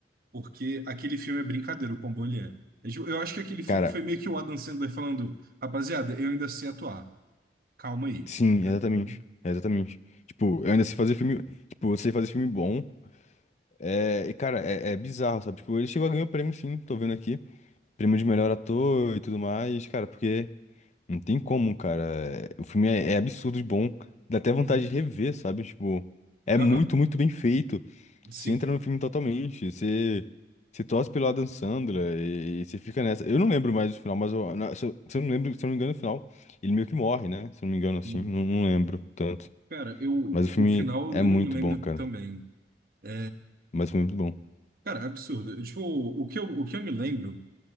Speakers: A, on the right; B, on the left.
A: Porque aquele filme é brincadeira, o quão bom ele é. É tipo, Eu acho que aquele filme
B: Cara,
A: foi meio que o Adam Sandler falando, rapaziada, eu ainda sei atuar. Calma aí,
B: sim,
A: tá
B: exatamente.
A: ligado?
B: Exatamente. Tipo, eu ainda sei fazer filme. Tipo, eu sei fazer filme bom. É, e, cara, é, é bizarro, sabe? Tipo, ele chegou a ganhar o prêmio, sim. Tô vendo aqui. Prêmio de melhor ator e tudo mais, cara, porque não tem como, cara. O filme é, é absurdo de bom. Dá até vontade
A: Uhum.
B: de rever, sabe? Tipo, é
A: Aham,
B: muito, muito bem feito.
A: sim.
B: Você entra no filme totalmente, você, você torce pelo Adam Sandler e, e você fica nessa. Eu não lembro mais do final, mas eu, na- se, eu, se eu não lembro, se eu não me engano, no final, ele meio que morre, né? Se eu não me engano, assim,
A: Hum.
B: não, não lembro tanto.
A: Cara, eu, o
B: Mas o filme
A: o final
B: é
A: eu
B: muito
A: não me lembro
B: bom, cara.
A: também. É,
B: Mas o filme é muito bom.
A: cara, é absurdo. Tipo, o que eu, o que eu me lembro